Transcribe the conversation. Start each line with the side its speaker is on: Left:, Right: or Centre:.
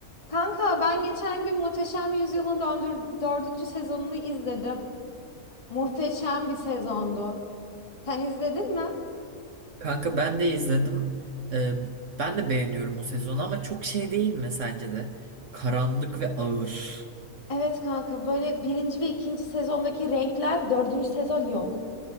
Left: Kanka ben geçen gün Muhteşem Yüzyıl'ın döndür- dördüncü sezonunu izledim. Muhteşem bir sezondu. Sen izledin mi?
Right: Kanka ben de izledim. Ee, ben de beğeniyorum o sezonu ama çok şey değil mi sence de? Karanlık ve ağır.
Left: Evet kanka böyle birinci ve ikinci sezondaki renkler dördüncü sezon yok.